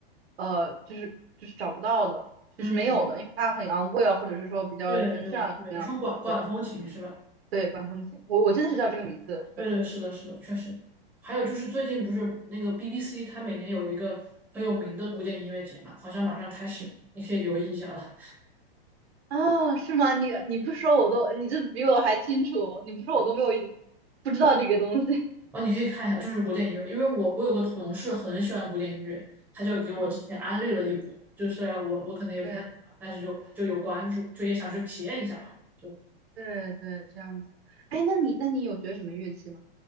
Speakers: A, on the right; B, in the centre.
A: 呃，就是就是找不到的，
B: 嗯，
A: 就是没有的，因为它很昂贵啊，或者是说比较神圣啊，
B: 对对对，
A: 怎么样的，
B: 你说管管风琴是吧？
A: 对。对，管风琴，我我真的是叫这个名字。
B: 对对，
A: 对
B: 是的，是的，确实。还有就是最近不是那个 BBC，它每年有一个很有名的古典音乐节嘛，好像马上开始了，
A: 嗯，
B: 你可以留意一下了。
A: 啊，是吗？你你不说我都，你这比我还清楚，你不说我都没有不知道这个东西。<laughs>
B: 哦，你可以看一下，就是古典音乐，因为我我有个同事很喜欢古典音乐，他就给我之前安利了一波，
A: 嗯，
B: 就是我我可能也不太懂吧，
A: 对
B: 但是就就有关注，就也想去体验一下吧。就
A: 对对，这样子。哎，那你那你有学什么乐器吗？